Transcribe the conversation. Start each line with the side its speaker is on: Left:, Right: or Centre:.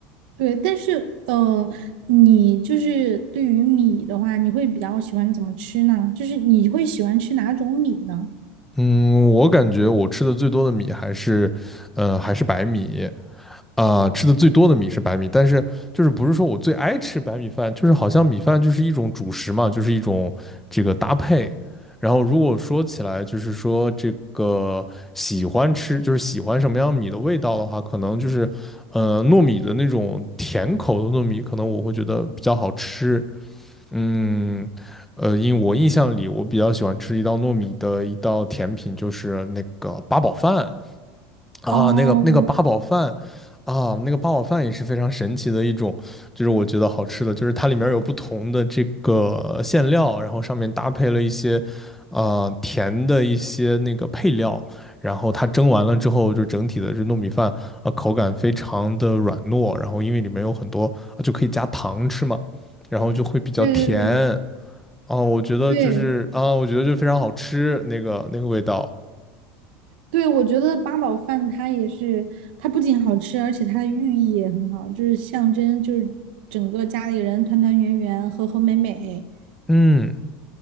Right: 对，但是呃，你就是对于米的话，你会比较喜欢怎么吃呢？就是你会喜欢吃哪种米呢？
Centre: 嗯，我感觉我吃的最多的米还是，呃，还是白米。啊、吃的最多的米是白米，但是就是不是说我最爱吃白米饭，就是好像米饭就是一种主食嘛，就是一种这个搭配。然后如果说起来，就是说这个喜欢吃，就是喜欢什么样米的味道的话，可能就是呃糯米的那种甜口的糯米，可能我会觉得比较好吃。嗯，呃，因为我印象里我比较喜欢吃一道糯米的一道甜品，就是那个八宝饭。啊，
Right: 哦，
Centre: 那个那个八宝饭啊，那个八宝饭也是非常神奇的一种，就是我觉得好吃的，就是它里面有不同的这个馅料，然后上面搭配了一些，呃，甜的一些那个配料，然后它蒸完了之后，就整体的这糯米饭啊，口感非常的软糯，然后因为里面有很多啊，就可以加糖吃嘛，然后就会比较甜
Right: 对对对
Centre: 啊，我觉得就是啊，
Right: 对
Centre: 我觉得就非常好吃，那个那个味道，
Right: 对，我觉得八宝饭它也是，它不仅好吃，而且它的寓意也很好，就是象征就是整个家里人团团圆圆、和和美美。
Centre: 嗯。